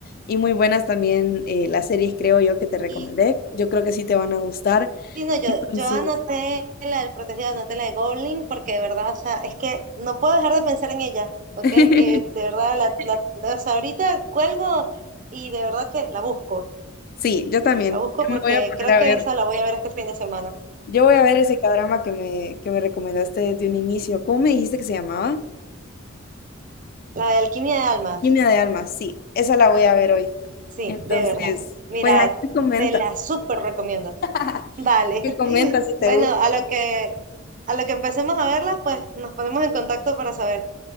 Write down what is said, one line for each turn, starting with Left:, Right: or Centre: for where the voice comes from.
Left: y muy buenas también eh, las series, creo yo, que te recomendé.
Right: Y
Left: Yo creo que sí te van a gustar.
Right: sí, no, yo,
Left: Entonces,
Right: yo anoté la del protegido, anoté la de Goblin, porque de verdad, o sea, es que no puedo dejar de pensar en ella, ¿ok?
Left: <laughs>
Right: Eh, de verdad, la, la, o sea, ahorita cuelgo y de verdad que la busco,
Left: sí, yo también.
Right: la busco
Left: Yo
Right: porque
Left: me voy a poner
Right: creo
Left: a
Right: que
Left: ver,
Right: esa la voy a ver este fin de semana,
Left: yo voy a ver ese cadrama que me, que me recomendaste desde un inicio. ¿Cómo me dijiste que se llamaba?
Right: la de Alquimia de Almas.
Left: Alquimia de almas, sí, esa la voy a ver hoy.
Right: Sí,
Left: Entonces,
Right: de verdad. Mira,
Left: pues ahí me comenta,
Right: te la súper recomiendo.
Left: <laughs>
Right: Vale.
Left: me
Right: <laughs>
Left: comenta si te
Right: Bueno,
Left: gusta.
Right: a lo que a lo que empecemos a verlas, pues nos ponemos en contacto para saber.